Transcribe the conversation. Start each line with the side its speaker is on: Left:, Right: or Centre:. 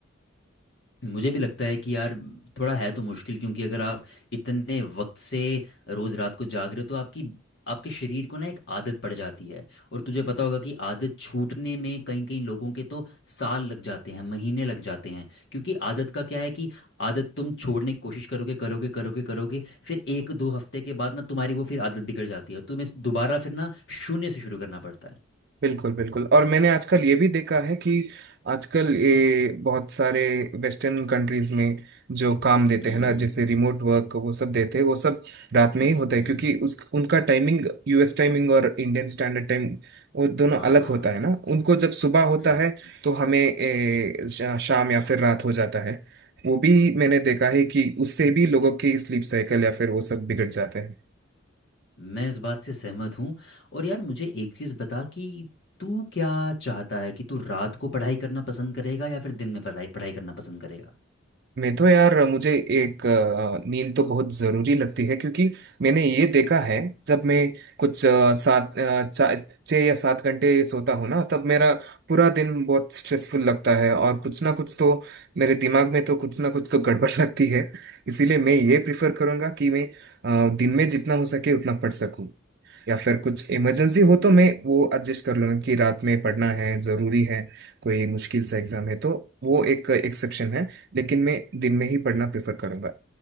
Left: मुझे भी लगता है कि यार थोड़ा है तो मुश्किल क्योंकि अगर आप इतने वक्त से रोज रात को जाग रहे हो तो आपकी आपके शरीर को ना एक आदत पड़ जाती है और तुझे पता होगा कि आदत छूटने में कई कई लोगों के तो साल लग जाते हैं महीने लग जाते हैं क्योंकि आदत का क्या है कि आदत तुम छोड़ने की कोशिश करोगे करोगे करोगे करोगे फिर एक दो हफ्ते के बाद ना तुम्हारी वो फिर आदत बिगड़ जाती है तुम्हें दोबारा फिर ना शून्य से शुरू करना पड़ता है
Right: बिल्कुल बिल्कुल और मैंने आजकल ये भी देखा है कि आजकल ये बहुत सारे वेस्टर्न कंट्रीज में जो काम देते
Left: हम्म
Right: हैं ना जैसे रिमोट वर्क वो सब देते हैं वो सब रात में
Left: हम्म,
Right: ही होता है क्योंकि उस उनका टाइमिंग यूएस टाइमिंग और इंडियन स्टैंडर्ड टाइम वो दोनों
Left: हाँ
Right: अलग होता है ना उनको जब सुबह होता
Left: हम्म
Right: है तो हमें ए, शा- शाम या फिर रात हो जाता है वो भी मैंने देखा है कि उससे भी लोगों की स्लीप साइकिल या फिर वो सब बिगड़ जाते हैं
Left: मैं इस बात से सहमत हूँ और यार मुझे एक चीज़ बता कि तू क्या चाहता है कि तू रात को पढ़ाई करना पसंद करेगा या फिर दिन में पढ़ाई पढ़ाई करना पसंद करेगा
Right: मैं तो यार मुझे एक अ, नींद तो बहुत जरूरी लगती है क्योंकि मैंने ये देखा है जब मैं कुछ अ, सात अ, चा- छः या सात घंटे सोता हूँ ना तब मेरा पूरा दिन बहुत स्ट्रेसफुल लगता है और कुछ ना कुछ तो मेरे दिमाग में तो कुछ ना कुछ तो गड़बड़ <laughs> लगती है इसीलिए मैं ये प्रिफर करूंगा कि मैं अ, दिन में जितना हो सके उतना पढ़ सकूं या फिर कुछ इमरजेंसी
Left: हम्म
Right: हो तो मैं वो एडजस्ट कर लूंगा कि रात में पढ़ना है ज़रूरी है कोई मुश्किल सा एग्ज़ाम है तो वो एक एक्सेप्शन है लेकिन मैं दिन में ही पढ़ना प्रेफर करूंगा